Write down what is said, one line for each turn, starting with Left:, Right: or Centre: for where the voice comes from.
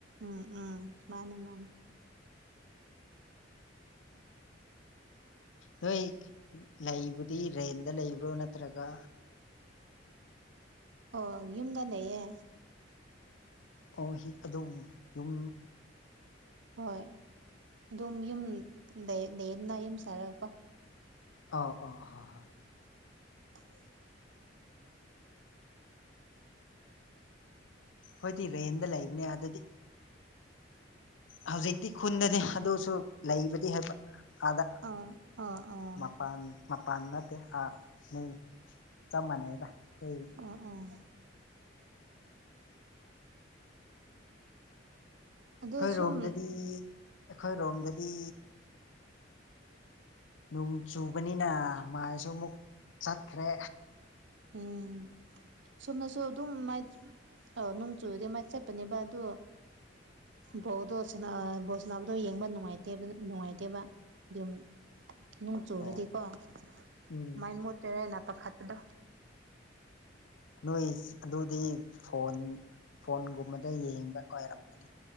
Right: ꯎꯝ ꯎꯝ ꯃꯥꯅꯦ ꯃꯥꯅꯦ
Left: ꯅꯣꯢ ꯂꯩꯕꯗꯤ ꯔꯦꯟꯗ ꯂꯩꯕ꯭ꯔꯣ ꯅꯠꯇ꯭ꯔꯒ
Right: ꯑꯣ ꯌꯨꯝꯗ ꯂꯩꯌꯦ
Left: ꯑꯣ ꯍꯤ ꯑꯗꯨꯕꯨ ꯌꯨꯝ
Right: ꯍꯣꯢ ꯑꯗꯨꯝ ꯌꯨꯝ ꯂꯩ ꯂꯩꯌꯦꯅꯥ ꯌꯨꯝ ꯁꯥꯔꯒꯀꯣ
Left: ꯑꯧ ꯑꯧ ꯍꯣꯏ꯫
Right: <inaudible>
Left: ꯈꯣꯢꯗꯤ ꯔꯦꯟꯗ ꯂꯩꯕꯅꯦ ꯑꯥꯗꯗꯤ ꯍꯧꯖꯤꯛꯇꯤ ꯈꯨꯟꯗꯅꯦ ꯑꯗꯨꯁꯨ ꯂꯩꯕꯗꯤ ꯍꯥꯢꯕ ꯑꯥꯗ
Right: ꯑꯥ ꯑꯥ ꯑꯥ
Left: ꯃꯄꯥꯟ ꯃꯄꯥꯟ ꯅꯠꯇꯦ ꯑ ꯃꯤ ꯆꯞ ꯃꯥꯟꯅꯩꯗ ꯑꯩꯈꯣꯏ
Right: ꯑ ꯑꯥ ꯑꯗꯣ
Left: ꯈꯣꯢ
Right: ꯁꯨꯝ
Left: ꯔꯣꯝꯗꯗꯤ ꯑꯩꯈꯣꯢ ꯔꯣꯝꯗꯗꯤ ꯅꯣꯡ ꯆꯨꯕꯅꯤꯅ ꯃꯥꯥꯁꯨ ꯑꯃꯨꯛ ꯆꯠꯈ꯭ꯔꯦ
Right: ꯎꯝ ꯁꯣꯝꯅꯁꯨ ꯑꯗꯨꯝ ꯃꯥꯢ ꯑ ꯅꯣꯡ ꯆꯨꯨꯔꯗꯤ ꯃꯥꯢ ꯆꯠꯄꯅꯦꯕ ꯑꯗꯣ ꯕꯣꯜꯗꯣ ꯁꯥꯅ ꯕꯣꯜ ꯁꯥꯅꯕꯗꯣ ꯌꯦꯡꯕ ꯅꯨꯡꯉꯥꯢꯇꯦꯕ ꯅꯨꯡꯉꯥꯢꯇꯦꯕ ꯗꯨꯝ ꯅꯣꯡ ꯆꯨꯔꯗꯤꯀꯣ
Left: ꯑꯣ
Right: ꯑꯗꯨꯃꯥꯢꯟ
Left: ꯎꯝ
Right: ꯃꯣꯠꯇꯣꯢꯔꯅ ꯄꯥꯈꯠꯄꯗꯣ
Left: ꯅꯣꯢ ꯑꯗꯨꯗꯤ ꯐꯣꯟ, ꯐꯣꯟꯒꯨꯝꯕꯗ ꯌꯦꯡꯕ ꯑꯣꯢꯔꯝꯒꯅꯤ